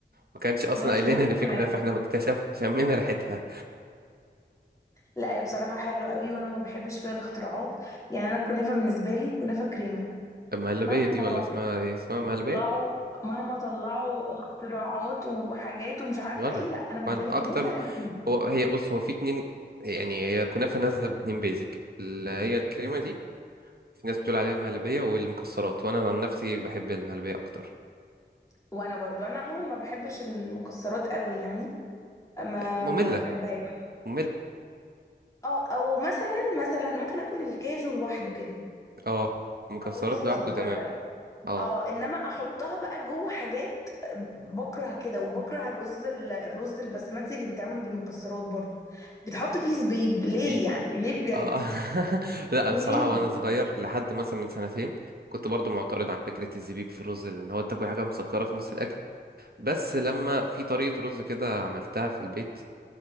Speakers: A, on the right; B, on the left.
A: ما كانش اصلا
B: لانش
A: قايل
B: بوكس
A: لنا ان في
B: كنافة
A: كنافة احنا اكتشفنا شمينا ريحتها
B: لا هي بصراحة حلوة قوي وانا ما بحبش فيها الاختراعات يعني انا الكنافة بالنسبة لي كنافة كريمة
A: المهلبية
B: مهما
A: دي ولا اسمها ايه اسمها مهلبية
B: طلعوا مهما طلعوا اختراعات وحاجات ومش عارفة
A: وانا
B: ايه لا انا بالنسبة
A: وانا
B: لي
A: اكتر
B: كنافة
A: م-
B: يعني كريمة
A: هو هي بص هو في اتنين يعني هي كنافة نازلة باتنين بيزك اللي هي الكريمة دي في ناس بتقول عليها المهلبية والمكسرات وأنا عن نفسي بحب المهلبية أكتر
B: وانا برضو انا عموما ما بحبش المكسرات قوي يعني ما
A: مملة
B: ما بحبهاش
A: مملة
B: اه او مثلا مثلا ممكن اكل الكاجو لوحده كده
A: اه المكسرات
B: او الفستق
A: لوحده تمام
B: مثلا
A: اه
B: اه انما احطها بقى جوه حاجات بكره كده وبكره الرز ال- الرز البسمتي اللي بيتعمل بالمكسرات برضو بتحط فيه زبيب ليه
A: بيب
B: يعني ليه بجد
A: اه <laughs> لا أنا
B: مريب
A: الصراحة وأنا صغير لحد مثلا من سنتين كنت برضو معترض عن فكرة الزبيب في الرز لأن هو تاكل حاجة مسكرة في نص الأكل بس لما في طريقة رز كده عملتها في البيت